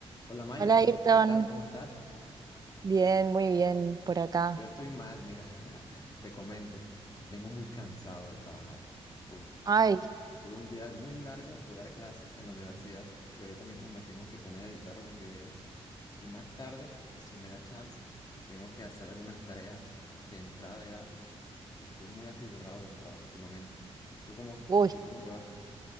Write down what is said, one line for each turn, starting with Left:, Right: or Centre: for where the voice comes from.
Left: Hola Maya,
Right: Hola, Ayrton.
Left: ¿qué tal? ¿Cómo estás?
Right: Bien, muy bien por acá.
Left: Yo estoy mal, mira, <laughs> te comento, vengo muy cansado de trabajar. Uf,
Right: Ay,
Left: tuve un día muy largo de dar clases en la universidad y ahorita mismo me tengo que poner a editar unos videos y más tarde, si me da chance, tengo que hacer algunas tareas de entrada de datos. Estoy muy atiborrado de trabajo últimamente. ¿Tú cómo,
Right: uy,
Left: a ti cómo te va?